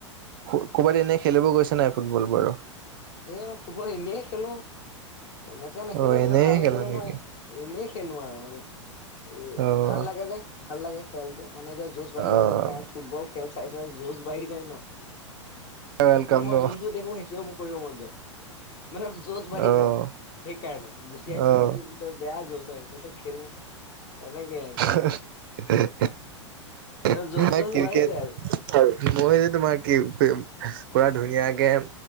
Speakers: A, on the right (about 45°); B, on the left (about 45°).
A: ফু ক'ৰবাত এনেই খেলিব গৈছে নাই ফুটবল বাৰু।
B: এ মই ফুটবল এনেই খেলো এনেকে নেখেলো
A: অ',
B: ইমান
A: এনেই
B: ভাল নেখেলো
A: খেলা নেকি?
B: নহয়। এনেই খেলো আৰু মানে এ
A: অ',
B: ভাল লাগে যে ভাল লাগে খেলটো মানে এতিয়া যৌজ বাঢ়ি
A: অ',
B: আছে কাৰণ ফুটবল খেল চাই চাই যৌজ বাঢ়ি যায় ন।
A: ৱেলকাম
B: মানে মই
A: ন?
B: যোনটো দেখো সে- তিয় মো কৰিব মন যায় মানে যৌজ বাঢ়ি
A: অ',
B: যায় সেইকাৰণে গুচিয়াই
A: অ',
B: চুচিয়াই দি বুজ ত বেয়া যৌচ আহে কৈছো খেলো এনে কে
A: <unintelligible>
B: মানে জোচ
A: মই
B: চোচ
A: ক্ৰিকেট
B: বাঢ়ি যায় আৰু
A: আৰু মই যে তোমাৰ কি পেয়ম পুৰা ধুনীয়াকে